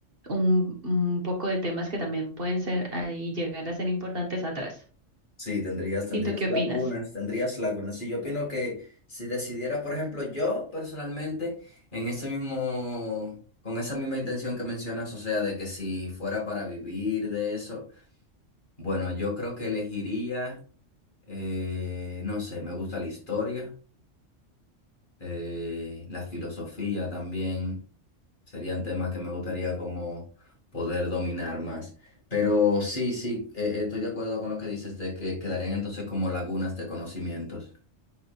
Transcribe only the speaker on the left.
Sí, tendrías, tendrías
lagunas, tendrías lagunas. Sí, yo opino que si decidiera, por ejemplo, yo personalmente, en ese mismo, con esa misma intención que mencionas, o sea, de que si fuera para vivir de eso, bueno, yo creo que elegiría, eh, no sé, me gusta la historia, eh, la filosofía también. Serían temas que me gustaría como poder dominar más. Pero sí, sí, eh, estoy de acuerdo con lo que dices de que quedarían entonces como lagunas de conocimientos.